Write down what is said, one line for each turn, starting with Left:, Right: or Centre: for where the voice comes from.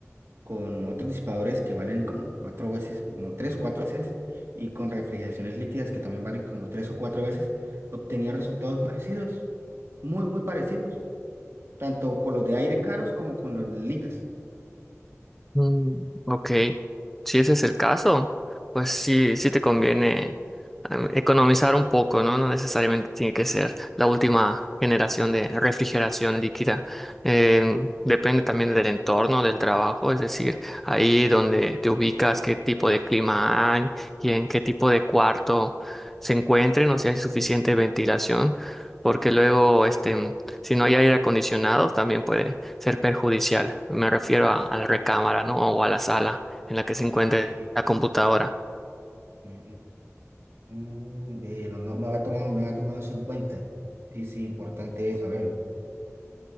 Right: con otros disipadores que valen como cuatro veces, como tres o cuatro veces, y con refrigeraciones líquidas que también valen como tres o cuatro veces, obtenía resultados parecidos, muy, muy parecidos, tanto con los de aire caros como con los líquidos.
Centre: Mm, ok, si ese es el caso, pues sí, sí te conviene em, economizar un poco, ¿no? No necesariamente tiene que ser la última generación de refrigeración líquida. Em, depende también del entorno, del trabajo, es decir, ahí donde te ubicas, qué tipo de clima hay y en qué tipo de cuarto se encuentren, o si hay suficiente ventilación, porque luego, este Si no hay aire acondicionado, también puede ser perjudicial. Me refiero a, a la recámara, ¿no? O a la sala en la que se encuentre
Right: Ok.
Centre: la computadora.
Right: Mm, mm, ve, no, no, no había tomado, no había tomado eso en cuenta. Sí, sí, importante es saberlo.